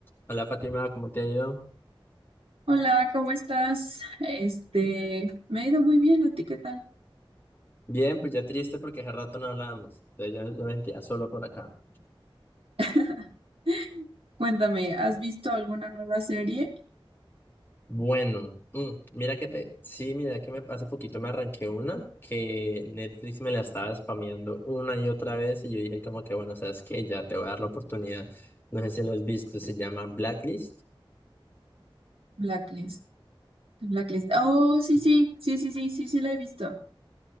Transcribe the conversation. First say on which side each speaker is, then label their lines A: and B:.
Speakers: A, on the left (about 20°); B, on the right (about 85°).
A: Hola Fátima, ¿cómo te ha ido?
B: Hola, ¿cómo estás? Este, me ha ido muy bien, ¿a ti qué tal?
A: Bien, pues ya triste porque hace rato no hablábamos. Entonces ya yo me sentía solo por acá.
B: <laughs> Cuéntame, ¿has visto alguna nueva serie?
A: Bueno, mm, mira que te. Sí, mira que me hace poquito me arranqué una que Netflix me la estaba spameando una y otra vez. Y yo dije, como que bueno, sabes que ya te voy a dar la oportunidad. No sé si lo has visto, se llama Blacklist.
B: Blacklist. Blacklist. Oh, sí, sí, sí, sí, sí, sí, sí la he visto.